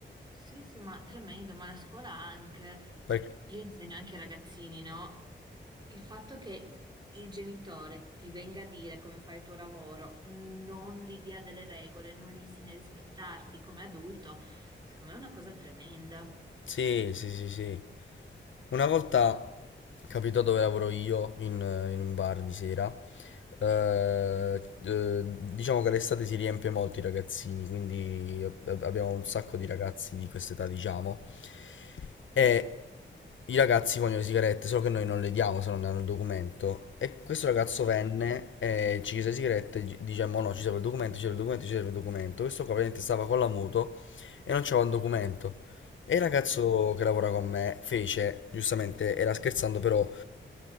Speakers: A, on the right; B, on the left.
A: Sì, sì, ma tremendo, ma la scuola anche,
B: Perché...
A: cioè io insegno anche ai ragazzini, no? Il fatto che il genitore ti venga a dire come fare il tuo lavoro, non gli dia delle regole, non gli insegna a rispettarti come adulto, secondo me è una cosa tremenda.
B: Sì, sì, sì, sì. Una volta capitò dove lavoro io, in, in un bar di sera. eh, eh, diciamo che l'estate si riempie molto i ragazzini, quindi ab- abbiamo un sacco di
A: Eh,
B: ragazzi di quest'età, diciamo. E i ragazzi vogliono le sigarette, solo che noi non le diamo se non hanno il documento. E questo ragazzo
A: giusto?
B: venne e ci chiese le sigarette, gi- diciamo no, ci serve il documento, ci serve il documento, ci serve il documento. Questo qua praticamente stava con la moto e non c'aveva un documento. E il ragazzo
A: Sì.
B: che lavora con me fece, giustamente, era scherzando, però